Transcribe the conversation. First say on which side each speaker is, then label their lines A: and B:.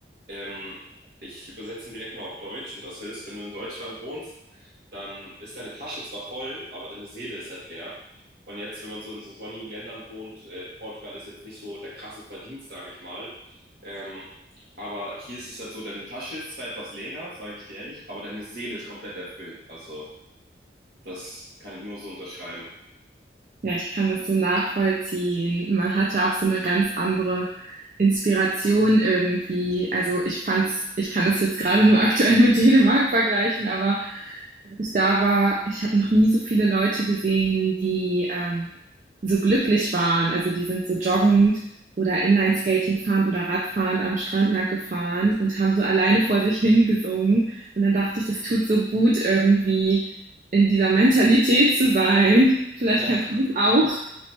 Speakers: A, on the right; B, on the right.
A: Ähm, ich übersetze ihn direkt mal auf Deutsch und das ist, wenn du in Deutschland wohnst, dann ist deine Tasche zwar voll, aber deine Seele ist halt leer. Und jetzt, wenn man so in so sonnigen Ländern wohnt, äh, Portugal ist jetzt nicht so der krasse Verdienst, sage ich mal. Ähm, aber hier ist es halt so, deine Tasche ist zwar etwas leerer, sage ich dir ehrlich, aber deine Seele ist komplett erfüllt. Also das kann ich nur so unterschreiben.
B: Ja, ich kann das so nachvollziehen. Man hat ja auch so eine ganz andere Inspiration irgendwie. Also, ich fand's ich kann das jetzt gerade nur <laughs> aktuell mit Dänemark vergleichen, aber als ich da war, ich habe noch nie so viele Leute gesehen, die, ähm, so glücklich waren. Also, die sind so joggend oder Inline-Skating fahrend oder radfahrend am Strand lang gefahren und haben so alleine vor sich hin gesungen. Und dann dachte ich, das tut so gut, irgendwie in dieser Mentalität zu sein. Vielleicht
A: Ja,
B: kennst du das auch.